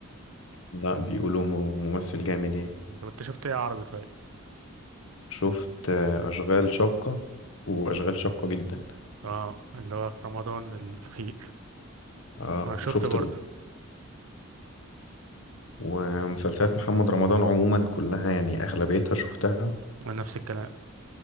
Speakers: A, on the left (about 70°); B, on the right (about 80°).
A: لا بيقولوا م- ممثل جامد يعني
B: <laughs> طب انت شفت ايه عربي طيب
A: شفت آه، أشغال شاقة وأشغال شاقة جدا
B: اه اللي هو في رمضان الاخير
A: اه
B: اه شفت
A: وشفت
B: برضه
A: الأسطول ومسلسلات محمد رمضان عموما كلها يعني أغلبيتها شفتها
B: نفس الكلام